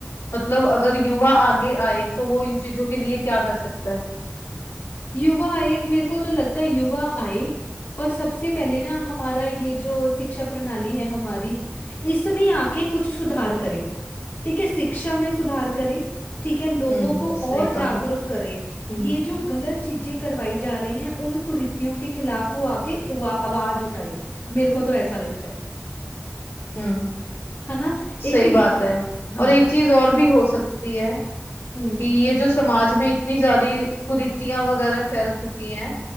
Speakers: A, on the left; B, on the left.
A: मतलब अगर युवा आगे आए तो वो इन चीजों के लिए क्या कर सकता है
B: युवा आए मेरे को तो लगता है युवा आए और सबसे पहले ना हमारा ये जो शिक्षा प्रणाली है हमारी इसमें आके कुछ सुधार करे ठीक है शिक्षा में सुधार करे ठीक है लोगों
A: हम्म
B: को
A: सही
B: और जागरूक
A: कहा
B: करे
A: हम्म
B: ये जो गलत चीजें करवाई जा रही हैं उन कुरीतियों के खिलाफ वो आके उवा- आवाज उठाए मेरे को तो ऐसा लगता है
A: हम्म
B: है ना
A: सही
B: एक
A: बात है
B: हाँ
A: और एक चीज और भी हो सकती है
B: हम्म
A: कि ये जो समाज में इतनी ज्यादा कुरीतियां वगैरह फैल चुकी हैं